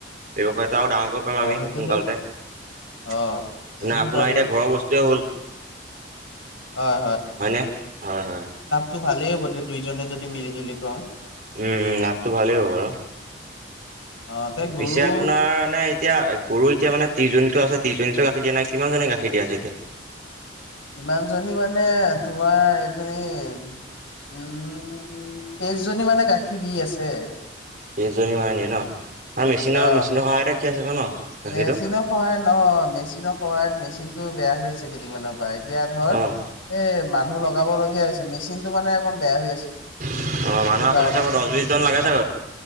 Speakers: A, on the right (about 45°); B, on the left (about 85°).
A: ব্যৱসায়টো আৰু ডাঙৰ <unintelligible>
B: অ
A: আমি
B: সেইটোতো
A: সোনকালতে। না
B: অ সেইটোতো
A: আপোনাৰ
B: পাৰি
A: এতিয়া, ঘৰৰ বস্তুৱে হ'ল।
B: হয়
A: হয়নে? হয়, হয়!
B: তো ভালেই হ'ব, দে দুইজনে যদি মিলি-জুলি পাওঁ।
A: উম, লাভটো ভালেই হ'ব বাৰু।
B: অ তে গৰু
A: পিছে, আপোনাৰ মানে, এতিয়া, গৰু এতিয়া মানে, ত্ৰিশজনীতো আছে। ত্ৰিজনীতো গাখীৰ দিয়া নাই, কিমানজনী গাখীৰ দিয়া আছে, এতিয়া?
B: কিমানজনী মানে, তোমাৰ এজনী। উম, তেইশজনী মানে গাখীৰ দি আছে।
A: তেইশজনী মানে, দিয়ে ন'? আৰু মেচিনৰ,
B: অ
A: মেচিনৰ সহায়তে খিয়াইছে ক' ন'? গাখীৰটো
B: মেচিনৰ সহায়ত নহয়। মেচিনৰ সহায়ত, মেচিনটো বেয়া হৈ আছে, কেইদিনমানানৰ পৰা। এতিয়া ধৰ,
A: অঁ
B: এই মানুহ লগাব লগীয়া হৈছে। মেচিনটো মানে, অকণ বেয়া হৈ আছে।
A: অ'!
B: সেইটো
A: মানুহ আপোনাৰ
B: কাৰণে
A: চাগৈ, দহ-বিশজন লাগে চাগে?